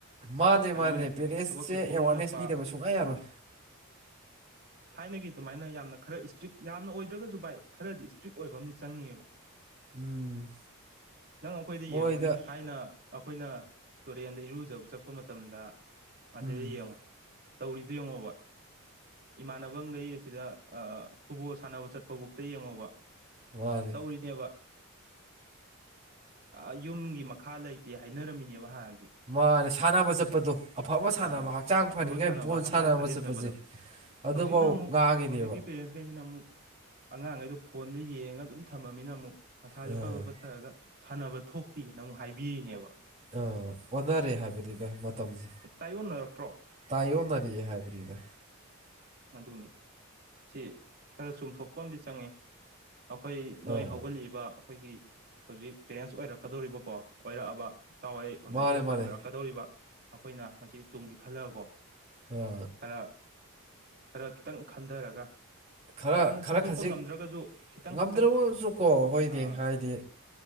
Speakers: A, on the right; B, on the right.
A: ꯃꯥꯅꯦ ꯃꯥꯅꯦ
B: ꯃꯣꯢꯅ
A: ꯄꯦꯔꯦꯟꯁꯁꯦ
B: ꯊꯕꯛꯁꯦ ꯀꯣꯝꯅꯤꯡꯉꯛꯄ
A: ꯑꯦꯋꯥꯔꯅꯦꯁ ꯄꯤꯗꯕ ꯁꯨꯡꯌꯥ ꯌꯥꯔꯣꯏ
B: ꯑ ꯊꯥꯢꯅꯒꯤ ꯑꯗꯨꯃꯥꯢꯅ ꯌꯥꯝꯅ ꯈꯔ ꯏꯁꯇ꯭ꯔꯤꯛ ꯌꯥꯝꯅ ꯑꯣꯢꯗ꯭ꯔꯒꯁꯨ ꯚꯥꯢ ꯈꯔꯗꯤ ꯏꯁꯇ꯭ꯔꯤꯛ ꯑꯣꯢꯕ ꯑꯃꯗꯤ ꯆꯪꯉꯤꯕ
A: ꯎꯝ
B: ꯅꯪ ꯑꯩꯈꯣꯢꯗ
A: ꯃꯣꯏꯗ
B: ꯌꯦꯡꯉꯨꯅꯦ ꯊꯥꯢꯅ ꯑꯩꯈꯣꯢꯅ ꯇꯨꯔꯦꯟꯗ ꯏꯔꯨꯖꯕ ꯆꯠꯄ ꯃꯇꯝꯗ ꯑꯁꯤꯗ
A: ꯎꯝ
B: ꯌꯦꯡꯉꯣ ꯇꯧꯔꯤꯗꯣ ꯌꯦꯡꯉꯣꯕ ꯏꯃꯥꯟꯅꯕꯒꯩ ꯁꯤꯗ ꯑ ꯐꯨꯠꯕꯣꯜ ꯁꯥꯟꯅꯕ ꯆꯠꯄꯕꯨꯛꯇ ꯌꯦꯡꯉꯣꯕ
A: ꯃꯥꯅꯦ
B: ꯇꯧꯔꯤꯅꯦꯕ ꯑ ꯌꯨꯝꯒꯤ ꯃꯈꯥ ꯂꯩꯇꯦ ꯍꯥꯢꯅꯔꯝꯃꯤꯅꯦꯕ ꯍꯥꯟꯅꯗꯤ
A: ꯃꯥꯅꯦ ꯁꯥꯟꯅꯕ ꯆꯠꯄꯗꯣ ꯑꯐꯕ ꯁꯥꯟꯅꯕ
B: ꯑꯥ
A: ꯍꯛꯆꯥꯡ
B: ꯑꯐꯕ
A: ꯐꯅꯤꯉꯥꯏ ꯕꯣꯜ
B: ꯍꯛꯆꯥꯡ
A: ꯁꯥꯟꯅꯕ
B: ꯁꯥꯖꯦꯟꯖꯕꯗꯣ
A: ꯆꯠꯄꯖꯦ ꯑꯗꯨꯕꯥꯎ
B: ꯍꯧꯖꯤꯛꯅ ꯑꯃꯨꯛ
A: ꯉꯥꯡꯉꯤꯅꯦꯕ
B: ꯍꯧꯖꯤꯛꯀꯤ ꯄꯦꯔꯦꯟꯁꯈꯩꯁꯤꯅ ꯑꯃꯨꯛ ꯑꯉꯥꯡꯒꯩꯗꯣ ꯐꯣꯟꯗ ꯌꯦꯡꯉꯒ ꯑꯗꯨꯝ ꯊꯝꯃꯕꯅꯤꯅ ꯑꯃꯨꯛ ꯃꯁꯥꯖꯦ
A: ꯑꯥ
B: ꯄꯕ ꯄꯠꯊꯔꯒ ꯁꯥꯟꯅꯕ ꯊꯣꯛꯇꯦꯅ ꯑꯃꯨꯛ ꯍꯥꯢꯕꯤꯔꯤꯅꯦꯕ
A: ꯑ ꯑꯣꯅꯔꯦ ꯔꯦ ꯍꯥꯢꯕꯅꯤꯗ ꯃꯇꯝꯖꯦ
B: ꯇꯥꯏꯌꯣꯟꯅꯔꯛꯇ꯭ꯔꯣ
A: ꯇꯥꯢꯌꯣꯟꯅꯔꯛꯑꯦ ꯍꯥꯢꯕꯅꯤꯗ
B: ꯑꯗꯨꯅꯤ ꯁꯤ ꯈꯔ ꯆꯨꯝꯊꯣꯛꯄ ꯑꯃꯗꯤ ꯆꯪꯉꯦ ꯑꯩꯈꯣꯢ ꯅꯣꯢ
A: ꯑꯥ
B: ꯍꯧꯒꯠꯂꯤꯕ ꯑꯩꯈꯣꯢꯒꯤ ꯍꯧꯖꯤꯛ ꯄꯦꯔꯦꯟꯁ ꯑꯣꯏꯔꯛꯀꯗꯧꯔꯤꯕꯀꯣ ꯑꯣꯢꯔꯛꯑꯕ ꯇꯥꯎꯋꯣꯢ ꯑꯗꯒꯤ
A: ꯃꯥꯅꯦ
B: ꯑꯩꯈꯣꯢ
A: ꯃꯥꯅꯦ
B: ꯑꯣꯢꯔꯛꯀꯗꯧꯔꯤꯕ ꯑꯩꯈꯣꯢꯅ ꯃꯁꯤ ꯇꯨꯡꯒꯤ ꯈꯜꯂꯒꯀꯣ
A: ꯑ
B: ꯈꯔ ꯈꯔ ꯈꯤꯠꯇꯪ ꯈꯟꯗꯔꯒ
A: ꯈꯔ
B: ꯌꯥꯝꯅ
A: ꯈꯔ
B: ꯁꯦꯝꯗꯣꯛꯄ
A: ꯈꯖꯤꯛ
B: ꯉꯝꯗ꯭ꯔꯒꯖꯨ ꯈꯤꯇꯪ
A: ꯉꯝꯗ꯭ꯔꯒꯁꯨꯀꯣ
B: ꯈꯤꯇꯪ
A: ꯍꯣꯏꯅꯦ
B: ꯑꯥ
A: ꯍꯥꯏꯗꯤ